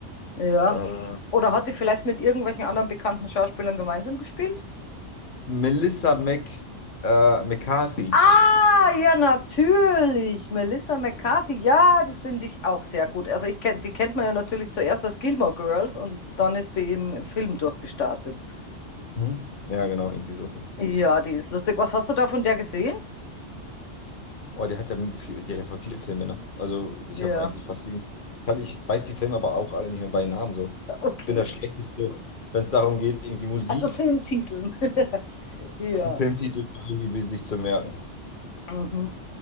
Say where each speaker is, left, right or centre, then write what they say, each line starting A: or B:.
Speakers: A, on the left (about 80°); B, on the left (about 45°).
A: Ja.
B: Äh,
A: Oder hat die vielleicht mit irgendwelchen anderen bekannten Schauspielern gemeinsam gespielt?
B: Melissa Mac, äh, McCarthy.
A: Ah, ja, natürlich. Melissa McCarthy, ja, die finde ich auch sehr gut. Also ich kenn, die kennt man ja natürlich zuerst als Gilmore Girls und dann ist die im, im Film durchgestartet.
B: Mhm. Ja, genau, irgendwie so.
A: Ja, die ist lustig. Was hast du da von der gesehen?
B: Oh, die hat ja viel, die hat ja voll viele Filme, ne? Also ich
A: Ja,
B: habe eigentlich fast jeden, ich kann, ich weiß die Filme aber auch alle nicht mehr bei Namen so.
A: okay.
B: Ich bin das Schlechteste, wenn es darum geht, irgendwie Musik,
A: Also Filmtiteln. <laughs> Ja.
B: einen Filmtitel so irgendwie sich zu merken.
A: Mhm.